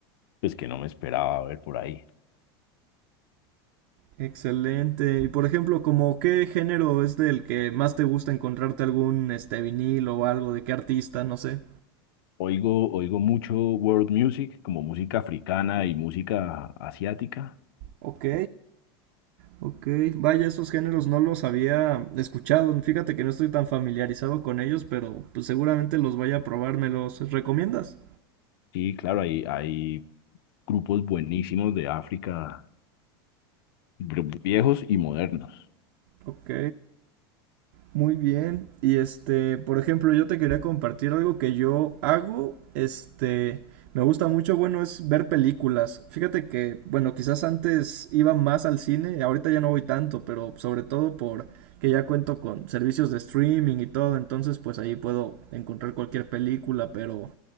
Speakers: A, on the left; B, on the right.
A: pues que no me esperaba ver por ahí.
B: Excelente. Y por ejemplo, como qué género es del que más te gusta encontrarte algún este vinilo o algo de qué artista, no sé.
A: Oigo, oigo mucho world music, como música africana y música asiática.
B: Ok. Ok, vaya, esos géneros no los había escuchado. Fíjate que no estoy tan familiarizado con ellos, pero pues seguramente los vaya a probar. ¿Me los recomiendas?
A: Sí, claro, hay, hay grupos buenísimos de África, gru- viejos y modernos.
B: Ok, muy bien. Y este, por ejemplo, yo te quería compartir algo que yo hago. Este, me gusta mucho, bueno, es ver películas. Fíjate que, bueno, quizás antes iba más al cine, ahorita ya no voy tanto, pero sobre todo por que ya cuento con servicios de streaming y todo, entonces pues ahí puedo encontrar cualquier película, pero